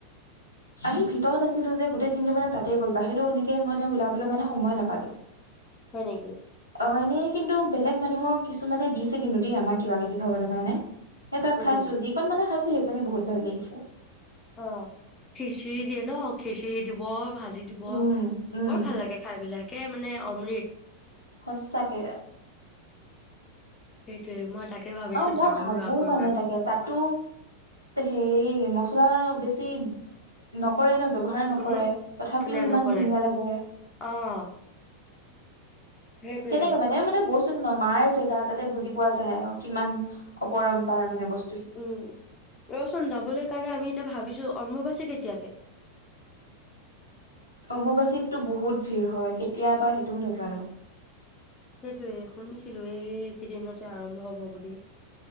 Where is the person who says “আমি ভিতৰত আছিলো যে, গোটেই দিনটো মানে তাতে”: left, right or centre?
Left